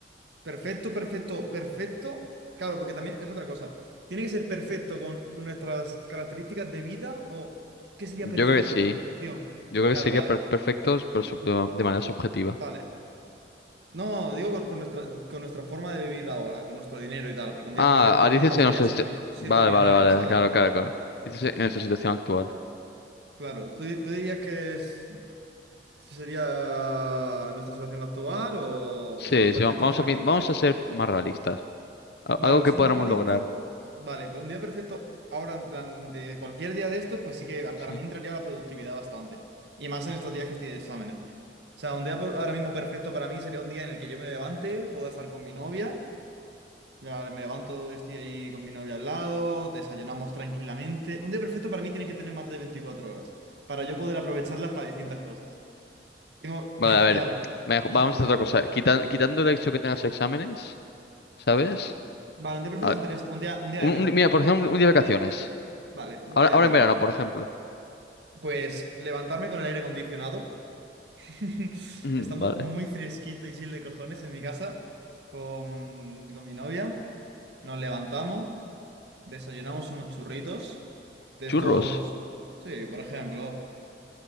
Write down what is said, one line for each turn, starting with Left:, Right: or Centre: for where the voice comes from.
Right: perfecto, perfecto, perfecto. Claro, porque también es otra cosa. Tiene que ser perfecto con nuestras características de vida o ¿qué sería
Left: Yo
Right: perfecto?
Left: creo que sí.
Right: La perfección.
Left: Yo creo
Right: Claro,
Left: que sería
Right: vale,
Left: per- perfectos, pero sub- de de manera subjetiva.
Right: vale. No, digo con, con nuestra, con nuestra forma de vivir ahora, con nuestro dinero y tal, porque un
Left: Ah,
Right: día perfecto
Left: ah,
Right: a lo
Left: dices
Right: mejor
Left: en
Right: sería
Left: nuestra...
Right: siendo,
Left: si-
Right: millo- siendo
Left: Vale,
Right: millonario,
Left: vale, vale.
Right: ¿sabes?
Left: Claro, claro, claro. Dices en nuestra situación actual.
Right: Claro, tú, di- tú dirías que es ¿Qué sería nuestra situación actual o,
Left: Sí,
Right: o perfecto
Left: sí, va- vamos
Right: en general?
Left: a, pin- vamos a ser más realistas. A-
Right: Vale,
Left: Algo
Right: pues
Left: que
Right: siendo
Left: podamos
Right: realista,
Left: lograr.
Right: vale, pues un día perfecto, ahora, en plan, de cualquier día de estos, pues sí que
Left: Sí.
Right: para mí entraría la productividad bastante. Y más en estos días que estoy de exámenes. O sea, un día per- ahora mismo perfecto para mí sería un día en el que yo me levante, pueda estar con mi novia. Ya me levanto, estoy ahí con mi novia al lado, desayunamos tranquilamente. Un día perfecto para mí tiene que tener más de 24 horas, para yo poder aprovecharlas para distintas cosas. Tengo,
Left: Vale,
Right: <laughs>
Left: a ver,
Right: claro,
Left: me-
Right: ese
Left: vamos
Right: es el problema.
Left: a hacer otra cosa. Quitan- quitando el hecho que tengas exámenes, ¿sabes?
Right: Vale, un día perfecto
Left: A-
Right: sin tener un día, un día
Left: un-
Right: de verano.
Left: un- mira, por ejemplo, un día de vacaciones.
Right: Vale, un
Left: Ahora,
Right: día
Left: ahora
Right: de verano.
Left: en verano, por ejemplo.
Right: Pues levantarme con el aire acondicionado, <laughs>
Left: Mm,
Right: estando
Left: Vale.
Right: muy fresquito y sin de cojones en mi casa, con, con mi novia. Nos levantamos, desayunamos unos churritos de
Left: ¿Churros?
Right: estos, sí, por ejemplo.